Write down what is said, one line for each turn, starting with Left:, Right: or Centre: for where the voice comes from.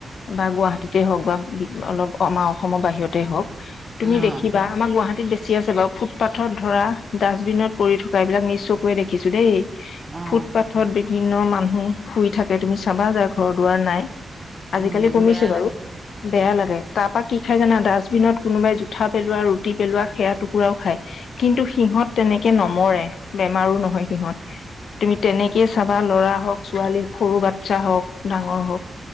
Left: বা গুৱাহাটীতে হওক বা অলপ আমাৰ অসমৰ বাহিৰতে হওক তুমি
Right: অ',
Left: দেখিবা আমাৰ গুৱাহাটী বেছি আছে বাৰু ফুটপাথত ধৰা ডাষ্টবিনত পৰি থকা এইবিলাক নিজ চকুৰে দেখিছো দেই।
Right: অ',
Left: ফুটপাথত বিভিন্ন মানুহ শুই থাকে তুমি চাবা যাৰ ঘৰ দুৱাৰ নাই আজিকালি
Right: উম,
Left: কমিছে
Right: বেয়া
Left: বাৰু
Right: লাগে দেই।
Left: বেয়া লাগে। তাৰপা কি খাই জানা ডাষ্টবিনত কোনোবাই জোঠা পেলোৱা ৰুটি পেলোৱা সেয়া টুকুৰাও খায় কিন্তুি সিহঁত তেনেকে নমৰে বেমাৰো নহয় সিহঁত। তুমি তেনেকেই চাবা ল'ৰা হওক ছোৱালী সৰু বাচ্ছা হওক ডাঙৰ হওক।